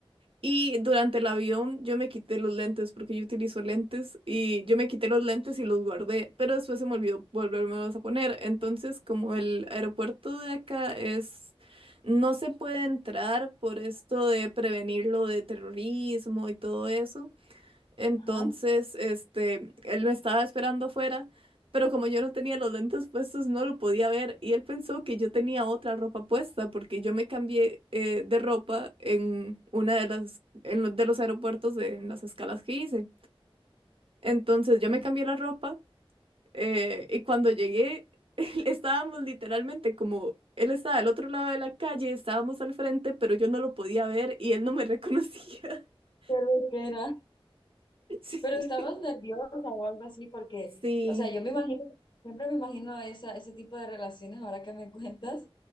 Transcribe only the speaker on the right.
y durante el avión yo me quité los lentes porque yo utilizo lentes y yo me quité los lentes y los guardé, pero después se me olvidó volvérmelos a poner. Entonces, como el aeropuerto de acá es, no se puede entrar por esto de prevenir lo de terrorismo y todo eso. Entonces,
este, él me estaba esperando afuera, pero como yo no tenía los lentes puestos, no lo podía ver y él pensó que yo tenía otra ropa puesta porque yo me cambié eh, de ropa en una de las, en los de los aeropuertos de, en las escalas que hice. Entonces, yo
me cambié la ropa eh, y cuando llegué, <laughs> estábamos literalmente como, él estaba al otro lado de la calle, estábamos al frente, pero yo no lo podía ver y él no me reconocía. <laughs>
Sí,
sí,